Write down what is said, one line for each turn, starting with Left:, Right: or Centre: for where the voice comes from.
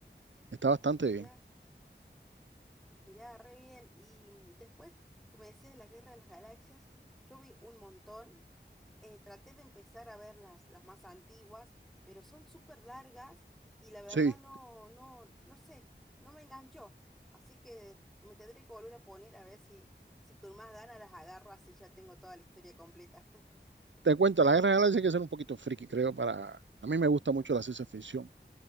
Right: Está bastante
Centre: Mirá.
Right: bien.
Centre: Mirá, re bien. Y mm, después que me decías de la Guerra de las Galaxias, yo vi un montón. Eh, traté de empezar a ver las, las más antiguas, pero son súper largas y la verdad
Right: Sí,
Centre: no, no, no sé, no me enganchó. Así que me tendré que volver a poner a ver si, si con más ganas las agarro, así ya tengo toda la historia completa.
Right: te cuento, la guerra de las Galaxias hay que ser un poquito friki, creo, para... A mí me gusta mucho la ciencia ficción.